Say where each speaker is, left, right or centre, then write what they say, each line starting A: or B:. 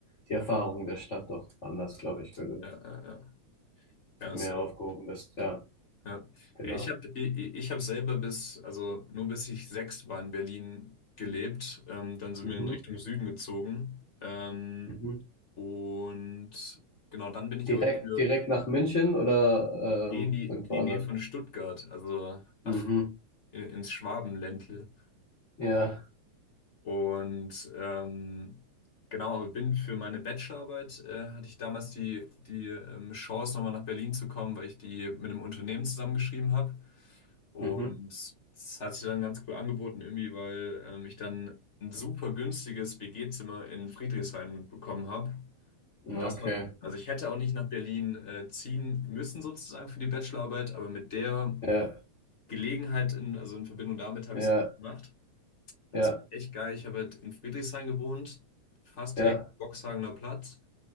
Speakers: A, on the left (about 65°); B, on the left (about 35°).
A: die Erfahrung der Stadt doch anders, glaube ich, wenn du
B: ja, ja, ja. Ja,
A: mehr
B: safe.
A: aufgehoben bist. Ja,
B: Ja.
A: genau.
B: Ja, Ja, ich habe ich, ich hab selber bis, also nur bis ich sechs war in Berlin gelebt. Ähm, dann sind
A: Mhm.
B: wir in Richtung Süden gezogen. Ähm,
A: Mhm.
B: und genau, dann bin ich
A: Direkt,
B: aber für,
A: direkt nach München oder
B: Nee,
A: ähm,
B: in die, in
A: irgendwo
B: die
A: anders?
B: Nähe von Stuttgart, also nach,
A: Mhm.
B: in, ins Schwabenländle.
A: Ja.
B: Und ähm, genau, aber bin für meine Bachelorarbeit, äh, hatte ich damals die, die ähm, Chance, nochmal nach Berlin zu kommen, weil ich die mit einem Unternehmen zusammengeschrieben habe. Und
A: Mhm.
B: das hat sich dann ganz cool angeboten, irgendwie, weil ähm, ich dann ein super günstiges WG-Zimmer in Friedrichshain bekommen habe.
A: Okay.
B: Und das war, also ich hätte auch nicht nach Berlin äh, ziehen müssen, sozusagen für die Bachelorarbeit, aber mit der
A: Ja,
B: Gelegenheit, in, also in Verbindung damit habe
A: ja,
B: ich es dann halt gemacht. Und
A: ja,
B: es war echt geil. Ich habe halt in Friedrichshain gewohnt, fast
A: ja,
B: direkt am Boxhagener Platz.